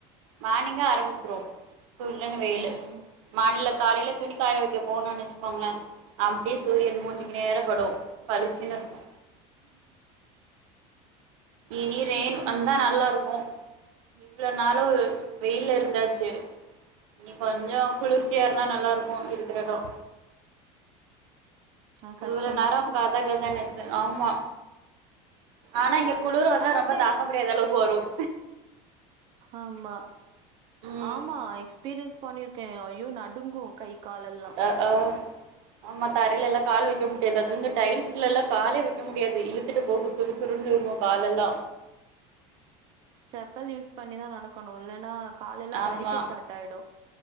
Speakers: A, on the right (about 85°); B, on the right (about 35°).
A: மார்னிங்க ஆரம்பிச்சுரு சுல்லுனு வெயிலு
B: ம்
A: மழ்ழ காலைல துணிக்காய வெக்க போனோன் வெச்சுக்கோங்களே அப்டியே சூரியன் மூஞ்சிக்கு நேரா படு பழுச்சுன்னு இருக்கு இனி ரெயின் வந்தா நல்லா இருக்கு இவ்வளோ நாளு வெயில்ல இருந்தாச்சு இனி கொஞ்சோ குளிர்ச்சியா இருந்தா நல்லா இருக்கு இருக்குற எடோ
B: ஆ கஷ்டந்தா
A: இவ்ளோ நேரோ கத கதான்து ஆமா ஆனா இங்க குளிர் வந்தா
B: ஆனா
A: ரொம்ப
B: கே
A: தாங்க முடியாத அளவுக்கு வரு <inaudible>
B: ஆமா
A: ம்
B: ஆமா எக்ஸ் பீரியன்ஸ் பண்ணிருக்கே ஐயோ நடுங்கு கை காலெல்லா
A: அ அ ஆமா தரைலல்லா கால் வைக் வக்க முடியாது அது வந்து டைல்ஸ்ல எல்லா காலே வைக்க முடியாது இழுத்துட்டு போகு சுறுசுறுன்னு இருக்கு காலெல்லா
B: செப்பல் யூஸ் பண்ணிதா நடக்கணு இல்லன்னா காலெல்லா
A: ஆமா
B: வலிக்க ஸ்டார்ட் ஆயிடு